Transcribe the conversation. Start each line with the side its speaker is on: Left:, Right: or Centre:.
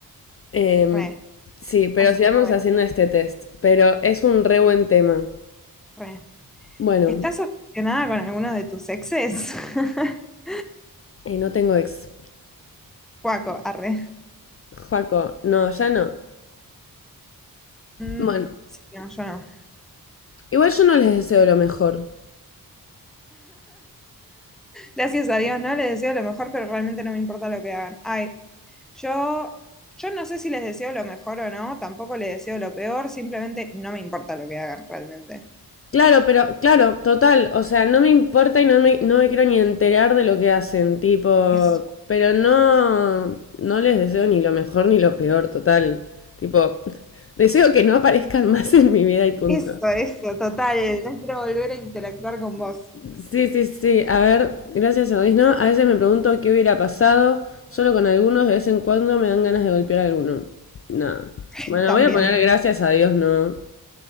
Left: Em,
Centre: re.
Left: sí, pero
Centre: Así
Left: sigamos
Centre: que bueno,
Left: haciendo este test. Pero es un re buen tema.
Centre: re.
Left: Bueno,
Centre: ¿Estás obsesionada con alguno de tus exes? <laughs>
Left: y no tengo ex.
Centre: Cuaco, arre.
Left: Joaco, no, ya no.
Centre: Mm,
Left: Bueno.
Centre: sí, no, yo no.
Left: Igual yo no les deseo lo mejor.
Centre: Gracias a Dios, no les deseo lo mejor, pero realmente no me importa lo que hagan. Ay, yo, yo no sé si les deseo lo mejor o no, tampoco les deseo lo peor, simplemente no me importa lo que hagan realmente.
Left: Claro, pero claro, total, o sea, no me importa y no me, no me quiero ni enterar de lo que hacen, tipo,
Centre: Eso,
Left: pero no, no les deseo ni lo mejor ni lo peor, total. Tipo, <laughs> deseo que no aparezcan más en mi vida y punto.
Centre: eso, eso, total. eh, No quiero volver a interactuar con vos.
Left: Sí, sí, sí, a ver, gracias a Dios, ¿no? A veces me pregunto qué hubiera pasado, solo con algunos, de vez en cuando me dan ganas de golpear a alguno. Nada.
Centre: <laughs>
Left: Bueno,
Centre: También.
Left: voy a poner gracias a Dios, ¿no?